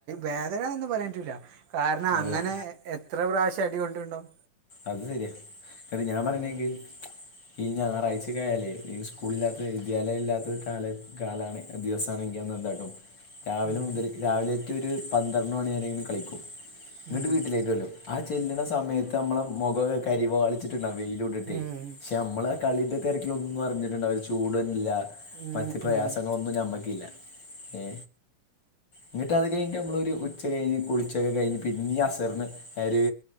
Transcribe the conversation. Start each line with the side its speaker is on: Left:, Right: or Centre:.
Right: വേദനാ ന്നൊന്നും പറയാൻ പറ്റൂല്ല. കാരണം അങ്ങനെ
Left: അതെ
Right: എത്ര പ്രാവശ്യം അടികൊണ്ടിണ്ടാവും.
Left: അത് ശേരിയാ അല്ലാ ഞാൻ പറെനേക്ക്.
Right: ഉം.
Left: ഈ ഞായറാഴ്ച്ചക്കായാലേ ഈ സ്കൂളില്ലാത്ത വിദ്യാലയം ഇല്ലാത്ത കാലാ കാലാണ്. ദിവസാണെങ്കി അന്ന് എൻന്താട്ടും. രാവിലെ
Right: ഉം,
Left: മുതല് രാവിലെറ്റ ഒര് പന്ത്രണ്ട് മണിരെങ്കിലും കളിക്കും,
Right: ഉം,
Left: ന്നിട്ട് വീട്ടിലേക്ക് ചേല്ലും. ആ ചെല്ല്ണാ സമയത്ത് ഞമ്മള മെഖേക്കേ കരിവാളിച്ചിട്ട്ണ്ടാവും വെയില് കൊണ്ടിട്ടേയ്.
Right: ഉം,
Left: ഞമ്മള് കളിന്റെ തെരക്കിലും ഒന്നും അറഞ്ഞിട്ട് ണ്ടാവില്ലാ ചൂട്ന്നില്ല
Right: ഉം,
Left: മറ്റ് പ്രയാസങ്ങള
Right: ഉം.
Left: ഒന്നും ഞമ്മക്ക് ഇല്ല എ ന്നിട്ട് അത് കഴിഞ്ഞിട്ട് ഞമ്മളോര് ഉച്ച കഴിഞ്ഞ് കുളിച്ചൊക്കേ കഴിഞ്ഞ് പിന്നിം അസറിന് ഒര്